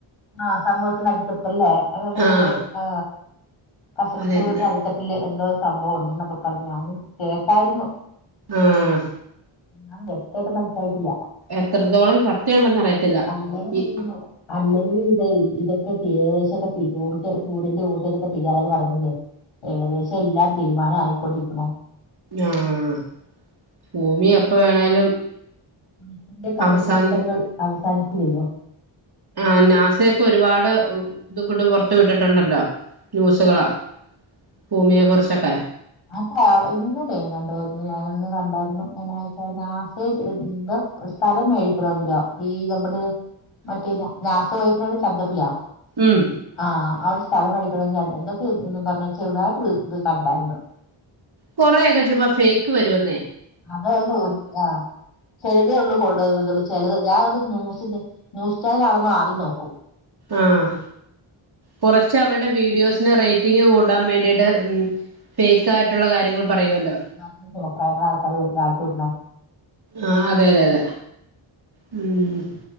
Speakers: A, on the left; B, on the right.
A: ആഹ് സമൂഹത്തിന്റെ അടുത്തട്ടല്ലേ അണ്ട്ണ്ട്
B: ആഹ്
A: ആ കസ
B: അതെന്നെ
A: സമൂഹത്തി അട് തട്ടില് എന്തോ സംഭവം ഉണ്ടെന്നൊക്കെ പറഞ്ഞ് ഞാനും കേട്ടായിരുന്നു
B: ആഹ്
A: അതൊന്നും വ്യക്തയിട്ട് മനസ്സിലായിട്ടില്ല
B: എത്രത്തോളം സത്യം ഉണ്ടെന്ന് അറിയത്തില്ല
A: അല്ല ചെയുന്നു
B: ഈ
A: അല്ലെങ്കിൽ ഇതെയ് ഇതൊക്കെ കേശൊക്കെ ഊർജ്ജ സൂര്യന്റെ ഊർജ്ജക്കൊക്കെ തീരാറായെന്ന് പറയുന്നില്ലേ ഏകദേശം എല്ലാം തീരുമാനം ആയിക്കൊണ്ടിരിക്കണു
B: ആഹ് ഭൂമി എപ്പം വേണേലും
A: മനുഷന്റെ കണ്ടുപിടുത്തങ്ങൾ
B: അവസാനി
A: അവസാനിക്കില്ലോ
B: ആ നാസയൊക്കെ ഒരുപാട് ഇത്ടക്കെട് പൊറത്തു വിട്ടിട്ടുണ്ടല്ലോ ന്യൂസുകള് ഭൂമിയെ കുറിച്ചൊക്കെ
A: അതാ ഇന്നല്ലേങ്ങാണ്ട് ഞാനൊന്ന് കണ്ടായിരുന്നു എങ്ങനെയാച്ച നാസേൽ എന്തോ സ്ഥലം മേടിക്കണൊന്നില്ല ഈ നമ്മടെ മറ്റേ നാസ <unintelligible> ചന്ദ്രൻലി നേ
B: ഉം
A: ആഹ് അവിടെ സ്ഥലം മേടിക്കണോങ്കി എന്തൊക്കെന്ന് പറഞ്ഞ് ചെറുതായിട്ട് ഇത് കണ്ടായിരുന്നു
B: കൊറെക്കെ ചുമ്മ ഫേക്ക് വരുന്നേ
A: അതെ ഒന്ന് ആഹ് ചെലതേ ഒള്ളൂ കൊള്ള <unintelligible> ചെലത് ഞാനതോണ്ട് ന്യൂസിന്റെ ന്യൂസ് ചാനലാണോന്ന് ആദ്യം നോക്കും
B: ആഹ് കൊറച്ച് അവരുടെ വീഡിയോസിന് റേറ്റിംഗ് കൂടാൻ വേണ്ടിട്ട് ഉം ഫേക്ക് ആയിട്ടുള്ള കാര്യങ്ങൾ പറയുവല്ലോ
A: എന്തൊക്കെ കോപ്രായങ്ങളാ ആൾക്കാര് കാണിച്ചുകൂട്ടുണെ
B: ആഹ് അതെ അതെ അതെ ഉം